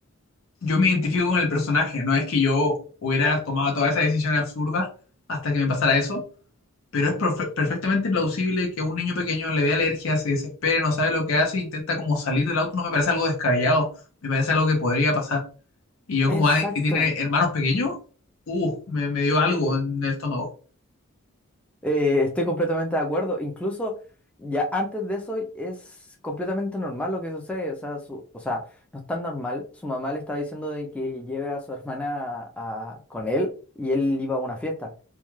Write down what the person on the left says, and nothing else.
yo me identifico con el personaje, no es que yo hubiera tomado todas esas decisiones absurdas hasta que me pasara eso, pero es perfe- perfectamente plausible que un niño pequeño le dé alergia, se desespere, no sabe lo que hace, intenta como salir del auto, no me parece algo descabellado, me parece algo que podría pasar. Y yo
como alguien que tiene hermanos pequeños, uh, me, me dio algo en el estómago.